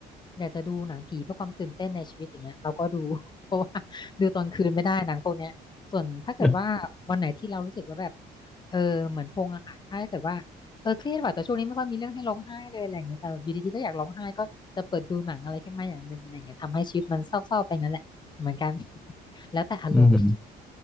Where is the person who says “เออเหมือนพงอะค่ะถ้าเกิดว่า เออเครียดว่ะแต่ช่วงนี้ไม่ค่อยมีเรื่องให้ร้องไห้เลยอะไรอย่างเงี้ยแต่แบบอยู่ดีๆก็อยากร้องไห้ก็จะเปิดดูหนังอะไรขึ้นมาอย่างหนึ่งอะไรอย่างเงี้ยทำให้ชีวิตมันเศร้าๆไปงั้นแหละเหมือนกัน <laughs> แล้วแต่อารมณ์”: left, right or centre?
Left